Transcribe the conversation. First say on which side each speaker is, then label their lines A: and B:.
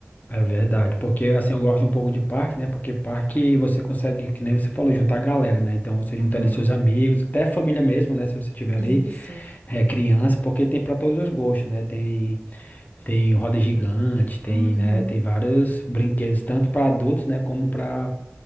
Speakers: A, on the left; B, on the right.
A: é verdade. Porque assim, eu gosto um pouco de parque, né? Porque parque você consegue, que nem você falou, juntar a galera, né? Então você junta
B: Uhum,
A: ali seus amigos, até a família mesmo, né? Se você tiver
B: isso.
A: ali, é, criança, porque tem para todos os gostos, né? Tem, tem roda gigante, tem,
B: Uhum,
A: né? Tem vários brinquedos, tanto para adultos, né? Como para